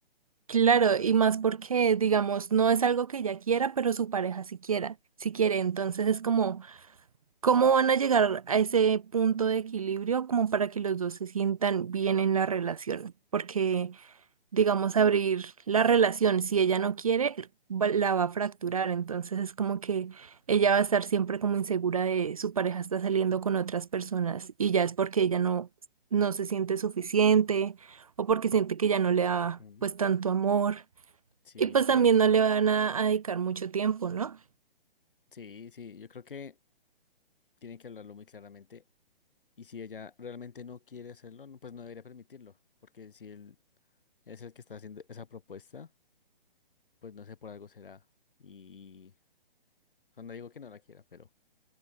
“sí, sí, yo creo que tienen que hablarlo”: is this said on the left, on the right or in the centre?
Left